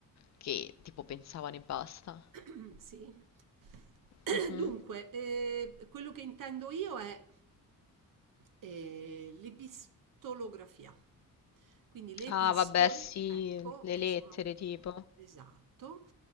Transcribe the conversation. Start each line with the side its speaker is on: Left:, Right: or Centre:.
Left: che tipo pensavano e basta.
Right: <clears throat> <coughs> Sì. <coughs>
Left: Mhm.
Right: Dunque, ehm, quello che intendo io è eh, l'epistolografia. Quindi le epistole,
Left: Ah, vabbè, sì,
Right: ecco,
Left: le
Right: che
Left: lettere
Right: sono
Left: tipo.
Right: esatto.